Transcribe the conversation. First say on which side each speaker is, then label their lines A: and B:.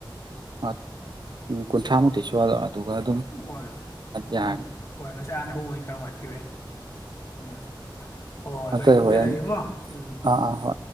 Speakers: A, on the right; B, on the left.
A: ꯍ ꯀꯨꯟꯊ꯭ꯔꯥꯃꯨꯛꯇꯤ ꯁꯨꯍꯜꯂꯣ ꯑꯗꯨꯒ ꯑꯗꯨꯝ
B: ꯍꯣꯏ
A: ꯌꯥꯔꯅꯤ
B: ꯎꯝ ꯍꯣꯏ ꯉꯁꯥꯏ ꯍꯥꯟꯅ ꯍꯧꯕꯒꯤ ꯈꯔ ꯋꯥꯠꯈꯤꯕꯩ ꯎꯝ ꯍꯣꯏ
A: ꯑꯇꯩ
B: ꯏꯛ ꯃꯨꯊꯠ
A: ꯍꯣꯔꯦꯟ
B: ꯂꯒꯦꯀꯣ ꯎꯝ
A: ꯑꯥ ꯑꯥ ꯍꯣꯏ